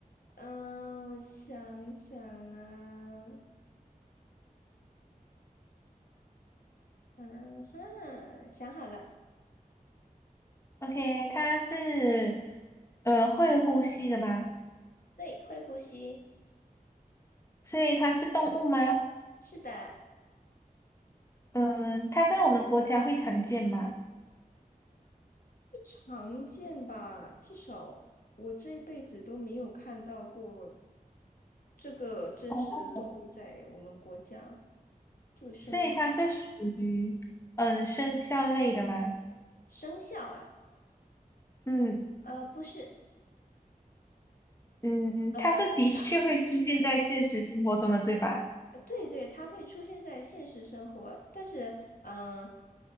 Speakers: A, on the left; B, on the left.
A: 嗯，我想想啊，嗯哈，想好了，
B: OK，它是呃会呼吸的吗？
A: 对，会呼吸，
B: 所以它是动物吗？
A: 是的，
B: 嗯、它在我们国家会常见吗？
A: 常见吧，至少我这辈子都没有看到过这个真实的动物在我们国家，
B: 哦，
A: 就生
B: 所以它是属于嗯生肖类的吗？
A: 生肖啊，
B: 嗯
A: 呃，不是，
B: 嗯，
A: 呃，
B: 它是的确会出现在现实生活中的，
A: 等一下。
B: 对吧？
A: 呃对对，它会出现在现实生活，但是嗯、呃